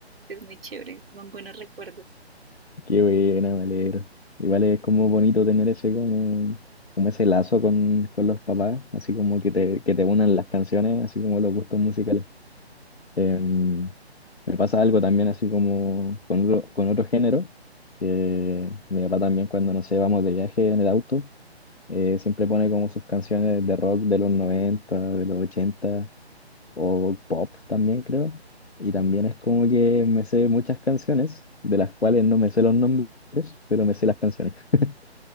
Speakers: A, on the right; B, on the left.
A: Es muy chévere, son buenos recuerdos.
B: Qué buena, me alegro. Igual es como bonito tener ese como, como ese lazo con, con los papás, así como que te, que te unan las canciones, así como los gustos musicales. Em, me pasa algo también así como con otro, con otro género, que mi papá también cuando, no sé, vamos de viaje en el auto, eh, siempre pone como sus canciones de rock de los 90, de los 80 o pop también creo. Y también es como que me sé muchas canciones, de las cuales no me sé los nombres, pero me sé las canciones. <laughs>